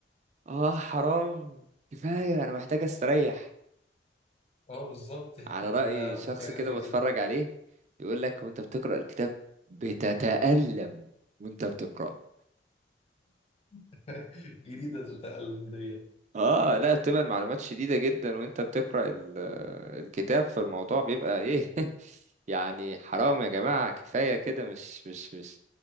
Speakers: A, on the right; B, on the left.
A: اه حرام كفاية انا محتاج استريح
B: اه بالظبط
A: على
B: <laughs> انا
A: رأي
B: وفي
A: شخص
B: حاجه
A: كده
B: زي كده
A: بتفرج عليه يقول لك وانت بتقرأ الكتاب بتتألم وانت بتقرأه
B: <laughs> جديده تتألم ديت
A: اه لا بتبقى المعلومات شديدة جدا وانت بتقرأ ال- آه، الكتاب فالموضوع بيبقى ايه <laughs> يعني حرام يا جماعة كفاية كده مش مش مش